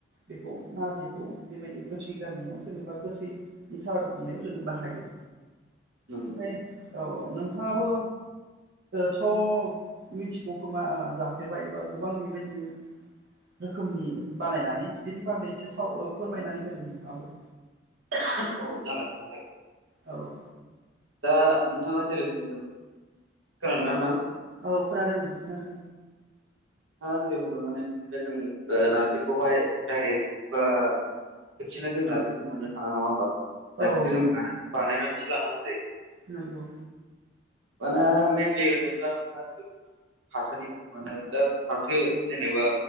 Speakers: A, on the right; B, on the right.
A: बेखौ नारजिखौ बेबायदि गोथै गारनायाव जोङो बा गोथैनि साहा दुखुमनायाव जोङो बाहायो
B: नंगौ
A: ओमफ्राय औ नोंथाङाबो थ' मिथिगौ खोमा जाफेरबायबा गोबां बेबायदिनो रोखोमनि बानायनानै बेनि बागै एसे साव फोरमायनानै होदो नोंथाङाबो
B: औ जागोन नोंथां जागोन
A: औ
B: दा नोंथाङा जेरै बुंदों खोनादोंना नोंथां
A: औ खोनादों खोनादों
B: हा जेरै बुंदों माने बिदिनो जों नार्जिखौहाय डाइरेक्ट खेबसेनो जों नार्जिखौ मोननो थाना नङा होमबा नारजिखौ
A: औ
B: जों बानायनानैसो लानांगौ जायो
A: नंगौ
B: माने मेनलि होनोब्ला नोंथाङा जै फाथोनिफ्राय मे दा फाथो जेनेबा